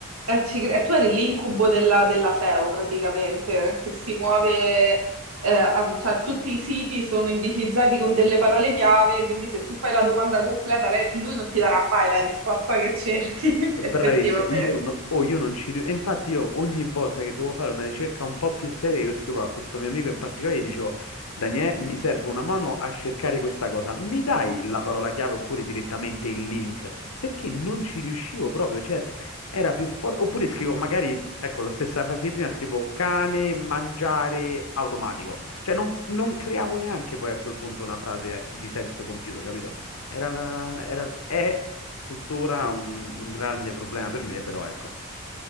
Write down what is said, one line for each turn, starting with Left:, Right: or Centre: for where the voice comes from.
Right: Eh, ci cre- eh, tu eri l'incubo della, della SEO praticamente, che si muove, eh, a- cioè tutti i siti sono indicizzati con delle parole chiave, quindi se tu fai la domanda completa, lei- lui non ti darà mai la risposta che cerchi, <laughs> effettivamente.
Left: Bravissima, io, no- oh, io non ci riuscivo. E infatti io ogni volta che dovevo fare una ricerca un po' più seria, io scrivo a questo mio amico in particolare, e gli dicevo, Daniele, mi serve una mano a cercare questa cosa, mi dai la parola chiave oppure direttamente il link? Perché non ci riuscivo proprio, cioè era più forte. Oppure scrivo magari, ecco, la stessa frase di prima, scrivo cane, mangiare, automatico. Cioè non, non creavo neanche poi a quel punto una frase di senso compiuto, capito? Era, era, è tuttora un, un grande problema per me, però ecco,